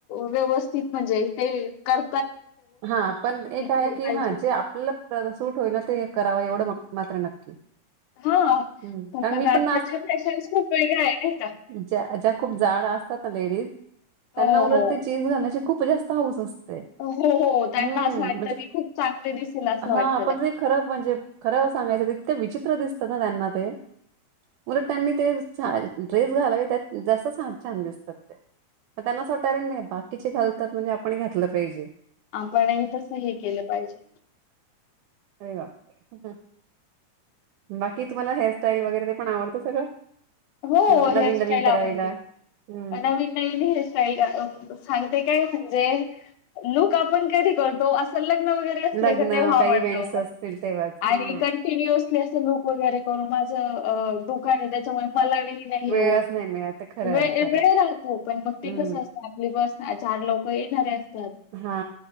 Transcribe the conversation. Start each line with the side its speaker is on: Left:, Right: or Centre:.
Left: व्यवस्थित म्हणजे ते कर
Right: हा पण एक आहे
Left: पाहिजेच
Right: की. हा जे आपल्याला सूट होईल ते करावं एवढं मा मात्र नक्की.
Left: हा
Right: हं,
Left: पन
Right: कारण
Left: मग
Right: मी पण
Left: आत्ताच्या फॅशन खूप वेगळ्या आहे नाही का.
Right: ज्या-ज्या खूप जाड असतात ना लेडीज. त्यांना
Left: हो
Right: उलट
Left: हो.
Right: ते जीन्स घालण्याची खूप जास्त हाऊस असते.
Left: हो. हो त्यांना
Right: हम्म.
Left: असं वाटतं
Right: म्हणजे
Left: की खूप चांगले दिसेल असं
Right: हा
Left: वाटतं
Right: पण
Left: त्यांना
Right: तेे खरं म्हणजे खरं सांगायचं तितक विचित्र दिसत ना त्यांना ते. उलट त्यांनी ते ड्रेस घालावे त्यात जास्त छान दिसतात ते. म त्यांना <unintelligible> नाही बाकीचे घालतात म्हणजे आपण ही घातलं पाहिजे
Left: आपण ही तसं हे केलं पाहिजे.
Right: अरे बापरे! बाकी तुम्हाला हेअरस्टाईल वगैरे ते पण आवडतं सगळं?
Left: हो
Right: नवी
Left: हेअरस्टाईल
Right: नवीन नवीन
Left: आवडते,
Right: करायला हम्म.
Left: नवीन नवीन हेअरस्टाईल <unintelligible> सांगते काय म्हणजे, लूक आपण कधी करतो असं ल न वैगरे असले
Right: लग्न
Left: का तेव्हा आवडतं
Right: काही इव्हेंट्स
Left: बघा.
Right: असतील तेव्हाच हा.
Left: आणि कंटिन्युअसली असं लुक वगैरे करून माझं अ दुकान आहे त्याच्या मला नाही ना हे
Right: वेळच
Left: होतं,
Right: नाही मिळत ते खरं आहे
Left: वे
Right: खरं
Left: वेळ
Right: आहे
Left: राहतो पण मग ते
Right: हम्म
Left: कसं असतं आपली बस आ चार लोकं येणारे असतात.
Right: हा